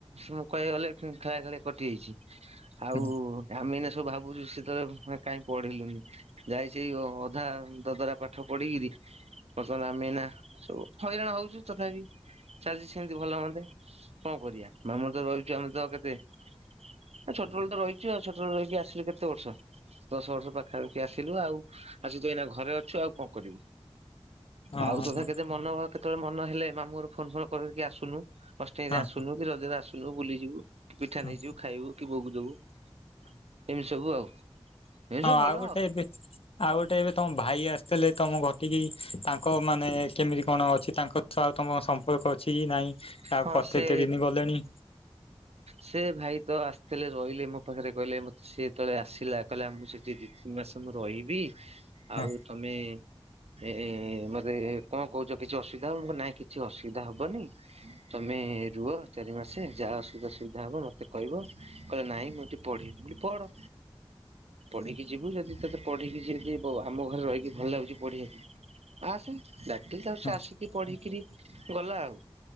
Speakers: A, on the right; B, on the left.
A: ମୁଁ କହିବା କୁ ଗଲେ ଖେଳା ଖେଳି ରେ କଟି ଯାଇଛି ଆଉ।
B: ହଁ
A: ଆମେ ଏଇନା ସବୁ ଭାବୁଛୁ ସେତେ ବେଳେ କାହିଁ ପଢିଲୁନି ଯାଇ ସେଇ ଅଧା। ଦଦରା ପାଠ ପଢ଼ିକିରି ବର୍ତ୍ତମାନ ଆମେ ଏଇନା ସବୁ ହଇରାଣ ହଉଛୁ ତଥାପି। ଚାଲିଚି ସେମତି ଭଲ ମନ୍ଦେ କଣ କରିବା ମାମୁଁ ଘରେ ତ ରହୁଛୁ ଆମେ ତ କେତେ। ଏ ଛୋଟବେଳୁ ତ ରହିଛୁ ଆଉ ଛୋଟବେଳୁ ରହିକି ଆସିଲୁ କେତେ ବର୍ଷ। ଦଶ ବର୍ଷ ପାଖାପାଖି ଆସିଲୁ ଆଉ ଆସି କି ତ ଏଇନା ଘରେ ଅଛୁ ଆଉ କଣ କରିବୁ।
B: ହଁ
A: ଆଉ ତଥାପି କେତେ ମନ କେତେବେଳେ ମନ ହେଲେ ମାମୁଁଘର ଫୋନ ଫୋନ। କହିକି ଆସୁନୁ ଅଷ୍ଟମିରେ
B: ହଁ
A: ଆସୁନୁ କି ରଜରେ ଆସୁନୁ ବୁଲିଯିବୁ କି ପିଠା
B: ହଁ
A: ନେଇଯିବୁ ଖାଇବୁ। କି ବୋଉକୁ ଦବୁ ଏମିତି
B: ହଁ।
A: ସବୁ ଆଉ। ଏମିତି
B: ହଁ
A: ସବୁ
B: ଆଉ
A: ଭଲ
B: ଗୋଟେ ଏବେ ଆଉ ଗୋଟେ ଏବେ ତମ ଭାଇ ଆସିଥିଲେ ତମ ଘର ଟିକି ତାଙ୍କ ମାନେ କେମିତି କଣ ଅଛି ତାଙ୍କ ସ ତମ ସମ୍ପ ପରକଛି କି ନାଇଁ ଆଉ
A: ହଁ
B: କତେଏତେ
A: ସେ
B: ଦିନି ଗଲେଣି।
A: ସେ ଭାଇ ତ ଆସିଥିଲେ ରହିଲେ ମୋ ପାଖରେ କହିଲେ ମ ସେ ଯେତେତଳେ ଆସିଲା କହିଲା ମୁଁ ସେଠି ଦି ତିନି ମାସ ମୁଁ ରହିବି
B: ହଁ
A: ଆଉ ତମେ ଏ ମତେ କଣ କହୁଛ କିଛି ଅସୁବିଧା ହବ ମୁଁ କହିଲି ନାଇଁ କିଛି ଅସୁବିଧା ହବନି। ତମେ ରୁଅ ଚାରି ମାସେ ଯାହା ଅସୁବିଧା ସୁବିଧା ହବ ମତେ କହିବ। କହିଲେ ନାଇଁ ମୁଁ ଏତେ ପଢ଼ିବି ମୁଁ କଇଲି ପଢ଼। ପଢ଼ିକି ଯିବୁ ଯଦି ତତେ ପଢିକି ଯଦି ଆମ ଘରେ ରହିକି ଭଲ ଲାଗୁଚି ପଢିବାକୁ ଆସେ ଡାକିଲି ତାକୁ
B: ହଁ
A: ସେ ଆସିକି ପଢିକିରି ଗଲା ଆଉ।